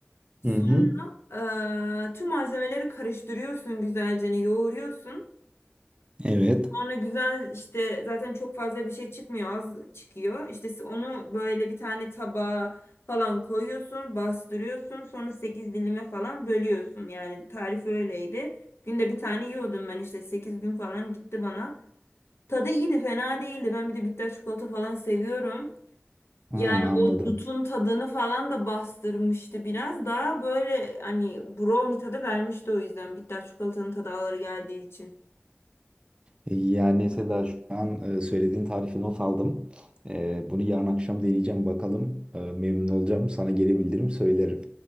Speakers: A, on the left (about 75°); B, on the right (about 25°).
A: Sonra
B: Hı hı.
A: eee, tüm malzemeleri karıştırıyorsun güzelce hani, yoğuruyorsun.
B: Evet.
A: Sonra güzel işte zaten çok fazla bir şey çıkmıyor az çıkıyor. İşte s- onu böyle bir tane tabağa falan koyuyorsun bastırıyorsun sonra 8 dilime falan bölüyorsun. Yani tarif öyleydi. Günde bir tane yiyordum ben işte 8 gün falan gitti bana. Tadı iyiydi fena değildi. Ben bir de bitter çikolata falan seviyorum.
B: Ha,
A: Yani
B: anladım.
A: o dutun tadını falan da bastırmıştı biraz. Daha böyle hani brownie tadı vermişti o yüzden. Bitter çikolatanın tadı ağır geldiği için.
B: E, Yani Seda şu an e, söylediğin tarifi not aldım. E, bunu yarın akşam deneyeceğim bakalım. E, memnun olacağım. Sana geri bildiririm söylerim.